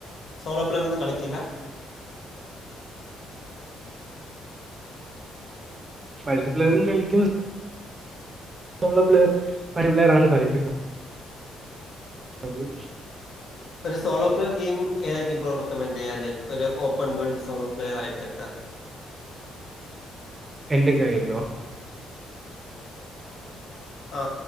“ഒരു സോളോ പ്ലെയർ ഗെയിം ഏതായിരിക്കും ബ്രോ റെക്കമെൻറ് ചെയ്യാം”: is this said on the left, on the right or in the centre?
Left